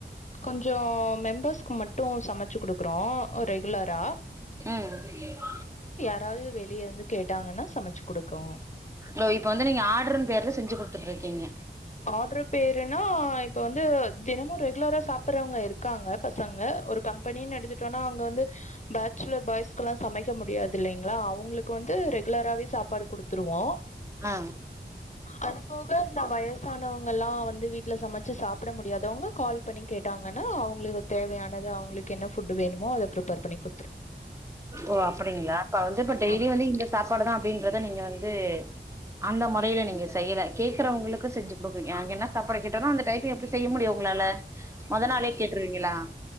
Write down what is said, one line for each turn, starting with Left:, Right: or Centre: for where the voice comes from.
Left: கொஞ்சம் மெம்பர்ஸுக்கு மட்டும் சமைச்சு குடுக்குறோ ரெகுலரா
Right: ம்
Left: யாராது வெளிய இருந்து கேட்டாங்கன்னா சமைச்சு குடுக்கோ
Right: ஓ இப்ப வந்து நீங்க ஆர்டர்ன் பேர்ல செஞ்சு குடுத்துட்ருக்கிங்க
Left: ஆர்டர் பேருனா இப்ப வந்து தினமு ரெகுலரா சாப்பறவங்க இருக்காங்க பசங்க ஒரு கம் பெனின் எடுத்துட்டோனா அங்க வந்து பேச்சுலர் பாய்ஸ்க்லா சமைக்க முடியாதில்லைங் ளா அவங்களுக்கு வந்து ரெகுலராவே சாப் சாப்பாடு குடுத்துருவோ
Right: ஆ
Left: அது போக இந்த வய சானவங்கலா வந்து வீட்ல சமைச்சு சாப்ட முடியாதவங்க கால் பண்ணி கேட்டாங்கன்னா அவங்களுக்கு தேவையானது அவங்களுக்கு என்ன ஃபுட்டு வேணுமோ அத ப்ரிப்பர் பண்ணி குடுப்
Right: ஓ அப்டிங்களா அப்ப வந்து இப்ப டெய்லி
Left: ஆமா.
Right: வந்து இந்த சாப்பாடுதா அப்டி றத நீங்க வந்து அந்த முறையில நீங்க செய்யல கேக்குறவங்களுக்கு செஞ்சு குடுக் எனக்கு என்ன சாப்பாடு கேட்டாலு அந்த டயத்துக்கு எப்டி செய்ய முடியு உங்களால மொத
Left: ஆ
Right: நாளே கேட்டுருவீங்களா